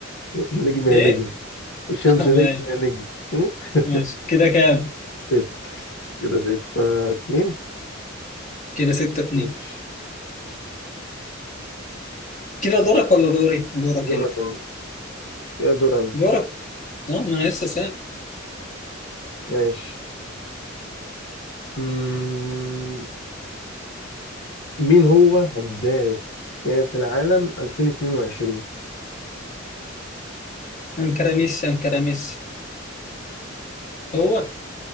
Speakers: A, on the left; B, on the left.
A: نجم يا
B: ايه
A: نجم الشمس
B: <laughs> آه، ماشي
A: نجم يا نجم مم. <laughs>
B: ماشي كده كام
A: ست كده ستة اتنين
B: كده ستة اتنين
A: ماشي
B: كده دورك ولا دوري دورك
A: دورك
B: انت
A: أنا يا دور أنا
B: دورك اه ما انا لسه سأل
A: ماشي مم، مين هو هداف كأس العالم 2022
B: انكر ميسي انكر ميسي هو